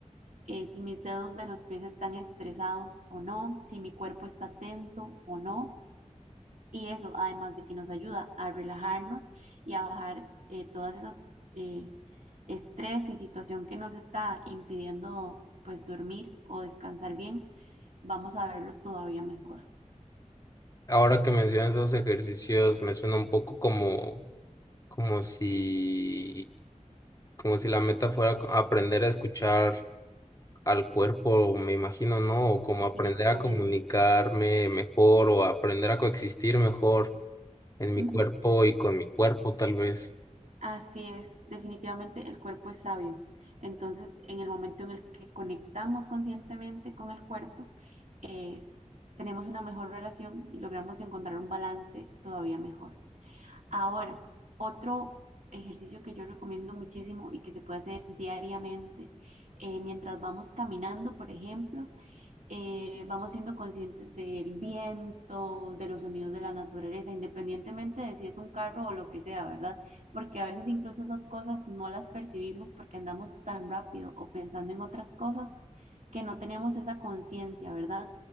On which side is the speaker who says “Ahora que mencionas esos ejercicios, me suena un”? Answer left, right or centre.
Left